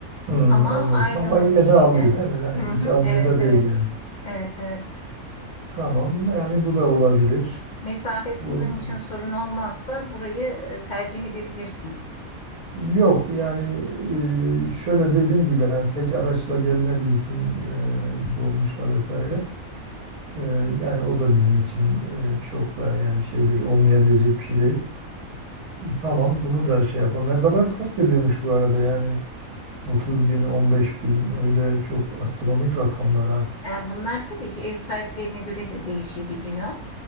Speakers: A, on the right; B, on the left.
A: Hmm,
B: Ama
A: anladım.
B: aydınlık
A: Ama yine
B: yine
A: de alıyor
B: de.
A: değil mi? Yani
B: Hı hı,
A: hiç almıyor
B: evet
A: da değil
B: evet.
A: yani.
B: Evet evet.
A: Tamam. Yani bu da olabilir.
B: Mesafe sizin
A: Bu
B: için sorun olmazsa burayı e, tercih edebilirsiniz.
A: Yok yani e, şöyle dediğim gibi yani tek araçla gelinebilsin e, dolmuşla vesaire. E, yani o da bizim için e, çok da yani şey değil olmayabilecek bir şey değil. Tamam bunu da şey yapalım. Ne kadar fark ediyormuş bu arada yani 30 bin 15 bin öyle çok astronomik rakamlara.
B: Yani bunlar tabii ki ev sahiplerine göre de değişebiliyor.